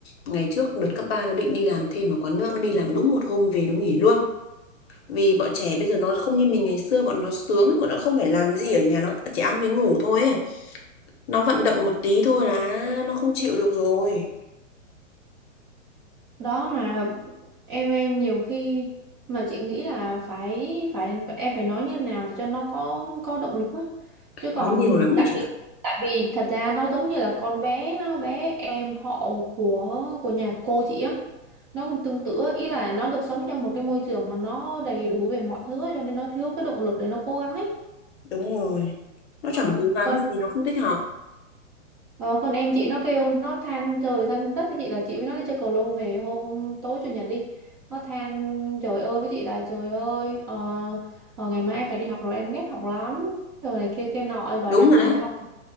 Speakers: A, on the left (about 50°); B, on the right (about 20°).
A: ngày trước đợt cấp 3 nó định đi làm thêm ở quán nước nó đi làm đúng một hôm về nó nghỉ luôn vì bọn trẻ bây giờ nó không như mình ngày xưa bọn nó sướng lắm, bọn nó không phải làm gì ở nhà nó chỉ ăn với ngủ thôi ấy. nó vận động một tí thôi là nó không chịu được rồi
B: đó mà em em nhiều khi mà chị nghĩ là phải phải em phải nói như nào để cho nó có có động lực á chứ còn
A: nói nhiều lắm rồi
B: tại
A: chị
B: vì thật ra nó giống như là con bé bé em họ của của nhà cô chị á nó cũng tương tự á. ý là nó được sống trong một cái môi trường mà nó đầy đủ về mọi thứ á, cho nên nó thiếu cái động lực để nó cố gắng ấy
A: đúng rồi nó
B: Ờ,
A: chẳng cố gắng
B: còn
A: gì nó không thích học
B: ờ, còn em chị nó kêu nó than trời than đất với chị là chị với nó đi chơi cầu lông về hôm tối chủ nhật đi nó than trời ơi với chị là trời ơi ờ, ờ, ngày mai em phải đi học rồi em ghét học lắm rồi này kia kia nọ bảo
A: đúng
B: là trời
A: rồi đấy
B: học